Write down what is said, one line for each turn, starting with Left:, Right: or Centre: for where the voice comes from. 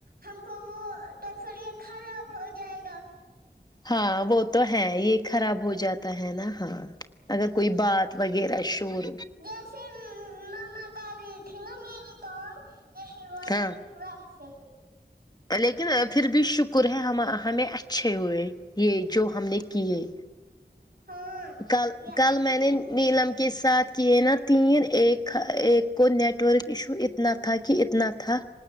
Right: ہم کو وہ توفھر یے خراب ہو جائے گا
Left: ہاں وہ تو ہے یے خراب ہو جاتا ہے نا ہاں اگر کوئی بات وغیرہ شور
Right: جسے مما کر رہی تھی نا میری کو یہی بولے
Left: ہاں
Right: ویسے ہی
Left: لیکن پھر بھی شکر ہے ہم ہمیں اچھے ہوئے یے جو ہم نے کیے
Right: ہاں
Left: کل
Right: یہ
Left: کل
Right: اچھے
Left: میں نے
Right: ہوئے
Left: نیلم کے ساتھ کیے نا تین ایک ایک کو نیٹورک ایشو اتنا تھا کی اتنا تھا